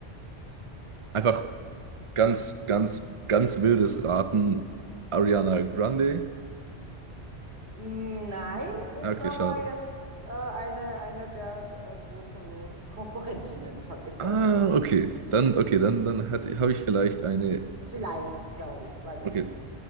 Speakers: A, on the right; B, on the right.
A: Einfach ganz, ganz, ganz wildes Raten. Ariana Grande?
B: Mm, Nein,
A: Ah,
B: ist
A: Okay,
B: aber
A: schade.
B: jetzt äh, eine, eine der äh, großen Konkurrentinnen, sage ich
A: Ah,
B: mal so.
A: okay.
B: <laughs>
A: Dann, okay, dann, dann habe ich vielleicht eine.
B: Vielleicht, glaube ich, weiß
A: Okay,
B: ich nicht.